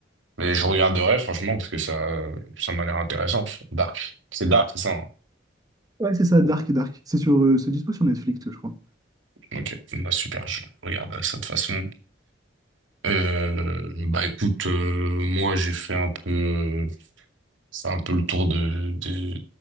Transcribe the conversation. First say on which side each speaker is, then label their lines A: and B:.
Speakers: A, on the right; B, on the right.
A: Mais je regarderai, franchement, parce que ça, ça m'a l'air intéressant. Dark. C'est Dark, c'est ça. hein
B: Ouais, c'est ça, Dark et Dark. C'est sur, euh, c'est dispo sur Netflix, je crois.
A: Ok, bah, super, je regarde ça de toute façon. Euh, bah, écoute, euh, moi, j'ai fait un peu, fait un peu le tour de, de